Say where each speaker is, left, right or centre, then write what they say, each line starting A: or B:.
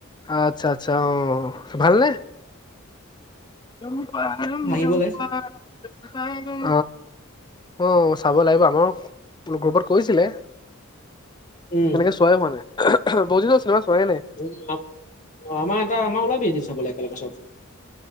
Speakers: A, on the left; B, on the left.
A: আচ্ছা-আচ্ছা অ, ভাল নে? জম্পানম
B: হাঁহিবলে
A: জম্পানম <unintelligible> অ-অ, চাব লাগিব, আমাৰ গ্ৰুপত কৈছিলে।
B: উম,
A: এনেকে চোৱাই হোৱা নাই। বহু দিন হ'ল চিনেমা চোৱা হোৱাই নাই।
B: উম' আমাৰ এটা আমাৰ ওলাবি এদিন চাবলে, একেলগে চব।